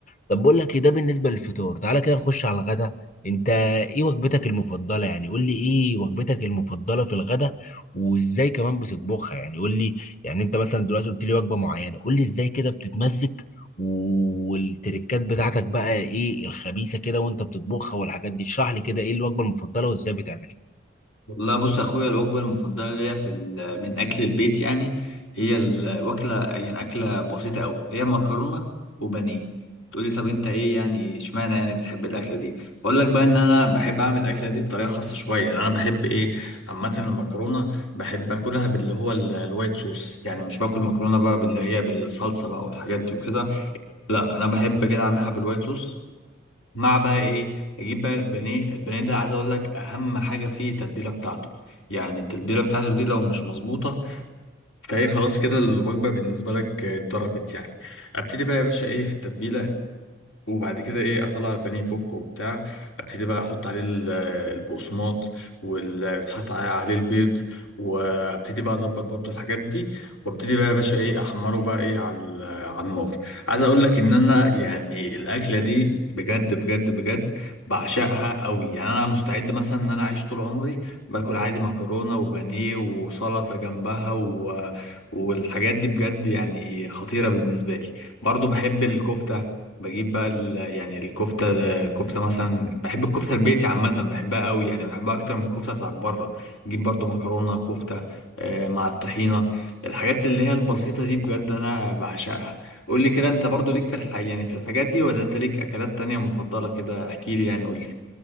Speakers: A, on the left; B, on the left.
A: طب بقول لك إيه، ده بالنسبه للفطار تعالى كده نخش على الغدا انت ايه وجبتك المفضله يعني قول لي ايه وجبتك المفضله في الغدا وازاي كمان بتطبخها يعني قول لي يعني انت مثلا دلوقتي قلت لي وجبه معينه قول لي ازاي كده بتتمزج والتركات بتاعتك بقى ايه الخبيثه كده وانت بتطبخها والحاجات دي اشرح لي كده ايه الوجبه المفضله وازاي بتعملها
B: لا بص يا اخويا الوجبه المفضله ليا في ال- من اكل البيت يعني هي الوكله يعني اكله بسيطه قوي هي مكرونه وبانيه تقول لي طب انت ايه يعني اشمعنى يعني بتحب الاكله دي اقول لك بقى ان انا بحب اعمل الاكله دي بطريقه خاصه شويه يعني انا بحب ايه عامه المكرونه بحب اكلها باللي هو ال- الوايت صوص يعني مش باكل مكرونه بقى باللي هي بالصلصه بقى والحاجات دي وكده لا انا بحب كده اعملها بالوايت صوص مع بقى ايه اجيب بقى البانيه البانيه ده عايز اقول لك اهم حاجه فيه التتبيله بتاعته يعني التتبيله بتاعته دي لو مش مظبوطه فهي خلاص كده الوجبه بالنسبه لك آه، اتضربت يعني ابتدي بقى يا باشا ايه في التتبيله وبعد كده ايه اطلع البانيه فوق وبتاع ابتدي بقى احط عليه ال- البقسماط واللي بيتحط عليه البيض وابتدي بقى اظبط برضو الحاجات دي وابتدي بقى يا باشا ايه احمره بقى ايه على ال- على النار عايز اقول لك ان انا يعني الاكله دي بجد بجد بجد بعشقها قوي يعني انا مستعد مثلا ان انا اعيش طول عمري باكل عادي مكرونه وبانيه وسلطه جنبها و... والحاجات دي بجد يعني خطيره بالنسبه لي برضو بحب الكفته بجيب بقى ال- يعني الكفته الكفته مثلا بحب الكفته البيتي عامه بحبها قوي يعني بحبها اكتر من الكفته بتاعت بره اجيب برضو مكرونه كفته آه، مع الطحينه الحاجات اللي هي البسيطه دي بجد انا بعشقها قول لي كده انت برضو ليك في الح... يعني في الحاجات دي ولا انت ليك اكلات تانية مفضله كده احكي لي يعني قول لي